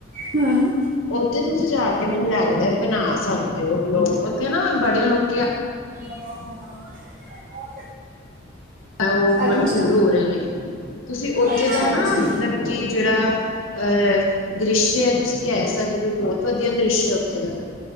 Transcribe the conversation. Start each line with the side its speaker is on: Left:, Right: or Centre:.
Right: ਹੂੰ
Left: ਉੱਥੇ ਤੁਸੀਂ ਜਾ ਕੇ ਮੈਨੂੰ ਲੱਗਦਾ ਬਣਾ ਸਕਦੇ ਹੋ ਲੋਕ ਉੱਥੇ ਨਾ ਬੜੇ ਲੋਕ ਆ
Right: <inaudible>
Left: ਉਹ
Right: ਅੱਛਾ
Left: ਮਸ਼ਹੂਰ ਹੋ ਰਹੇ ਨੇ ਤੁਸੀਂ ਉੱਥੇ
Right: ਅੱਛਾ
Left: ਦਾ
Right: ਅੱਛਾ
Left: ਨਾ ਮਤਲਬ ਕਿ ਜਿਹੜਾ ਅਹ ਦ੍ਰਿਸ਼ਯ ਹੈ ਤੁਸੀਂ ਕਹਿ ਸਕਦੇ ਹੋ ਬਹੁਤ ਵਧੀਆ ਦ੍ਰਿਸ਼ਯ ਹੈ ਉੱਥੇ ਦਾ